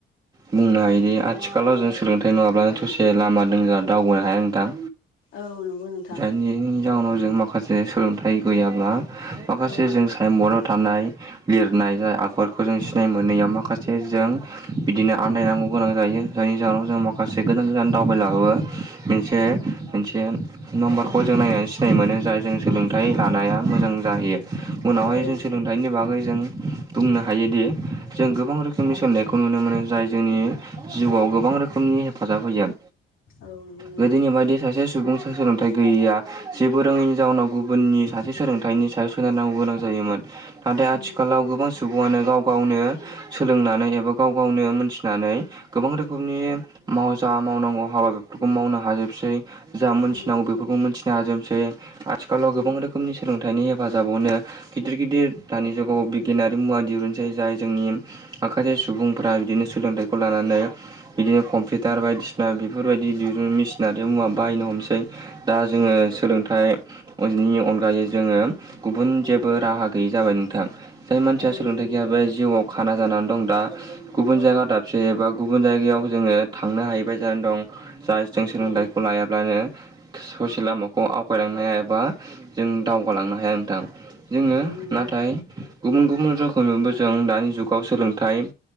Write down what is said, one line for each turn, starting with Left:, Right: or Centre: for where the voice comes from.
Right: बुंनो हायोदि आथिखालाव जों सोलोंथाइ नङाब्लानो ससे लामा दोंगा दावबायनो हाया नोंथां।
Left: औ नंगौ नोंथां।
Right: <unintelligible> नि जाउनाव जों माखासे सोलोंथाइ गैयाब्ला माखासे
Left: औ
Right: जों चाइम बराव थानाय लिरनाय जाय आखरखौ जों सिनाय मोनैयाव माखासे जों बिदिनो आन्दायनांगौ
Left: ओ
Right: गोनां जायो। जायनि जाहोनाव जों माखासे गोजान गोजान दावबायलाङोबा मोनसे मोनसे नामबार खौ जों नायनानै सिनाय मोनो। जाय जों सोलोंथाइ लानाया मोजां जाहैयो उनावहाय
Left: ओ
Right: जों
Left: औ
Right: सोलों थाइनि बागै जों बुंनो हायोदि जों गोबां रोखोमनि सोलोंनायखौ नुनो मो मोनो जाय जोंनि जिउआव गोबां रोखोमनि हेफाजाब होयो।
Left: औ नंगौ नोंथां
Right: गोदोनि बादि सासे सुबुं सोलोंथाइ गैयैया, जेबो रोङैनि जाउनाव गुबुननि सासे सोलोंथाइनि सायाव सोनारनांगौ गोनां जायोमोन। नाथाय
Left: उम
Right: आथिखालाव गोबां सुबुङानो गाव गावनो सोलोंनानै एबा गाव गावनो मोनथिनानै गोबां रोखोमनि माव जा मावनांगौ हाबा बेफोरखौ मावनो हाजोबसै। जा मोनथिनांगौ
Left: उम
Right: बेफोरखौ मोनथिनो हाजोबसै। आथिखालाव गोबां
Left: उम
Right: रोखोमनि सोलोंथाइनि हेफाजाबावनो गिदिर गिदिर दानि जुगाव बिगियानारि मुवा दिरुनसै। जाय जोंनि माखासे सुबुंफ्रा बिदिनो सोलोंथाइखौ लानानै बिदिनो कम्पिउटार बायदिसिना बेफोरबाय दिरुन मेसिन आरो मुवा बायनो हमसै। दा जोङो
Left: उम
Right: सोलोंथाइनि अनगायै जोङो गुबुन जेबो राहा गैयै जाबाय नोंथां। जाय मानसिया
Left: औ
Right: सोलोंथाइ
Left: नंगौ
Right: गैयाबा जिउआव खाना जानानै दं दा गुबुन
Left: औ
Right: जायगा दाब से बा गुबुन जायगायाव जोङो थांनो हाहै बाय जानानै दं। जाय जों सोलोंथाइखौ
Left: औ
Right: लायाब्लानो ससे लामाखौ आवगायलांनो हाया एबा जों दावगालांनो हाया नोंथां। जोङो
Left: औ नंगौ
Right: नाथाय
Left: नोंथां
Right: गुबुन गुबुन रोखोमैबो जों दानि जुगाव सोलोंथाइ